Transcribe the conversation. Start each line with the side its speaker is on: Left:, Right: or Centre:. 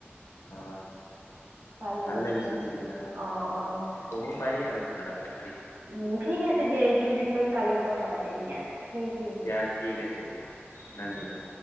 Left: অ
Right: ভাল লাগিছিল
Left: লাগিছিলে
Right: সেইকাৰণে,
Left: চাগে ন?
Right: অ' অ'।
Left: ক'ব পাৰি আৰু ভাল লগা
Right: উম ' ঠিক আছে দিয়া এইটোৰ বিষয়ত কালি কথা পাতিম দিয়া। থেংক ইউ
Left: দিয়া ঠিক আছে দিয়া, ধন্যবাদ।